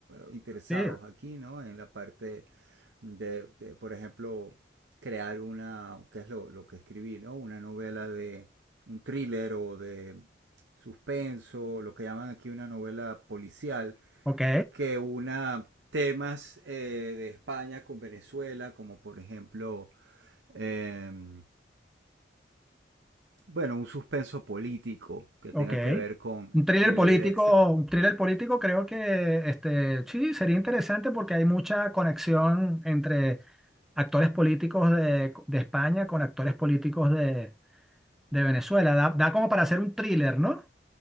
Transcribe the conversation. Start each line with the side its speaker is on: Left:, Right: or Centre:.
Right: interesados
Centre: sí,
Right: aquí, ¿no? En la parte de, de, por ejemplo, crear una, que es lo, lo que escribí, ¿no? Una novela de un thriller o de suspenso, lo que llaman aquí una novela policial,
Centre: ok,
Right: que una temas eh, de España con Venezuela, como por ejemplo, eh, bueno, un suspenso político que
Centre: ok.
Right: tenga que ver con
Centre: Un thriller
Right: el
Centre: político,
Right: extra-
Centre: un thriller político creo que este, sí, sería interesante porque hay mucha conexión entre actores políticos de, de España con actores políticos de, de Venezuela. Da, da como para hacer un thriller, ¿no?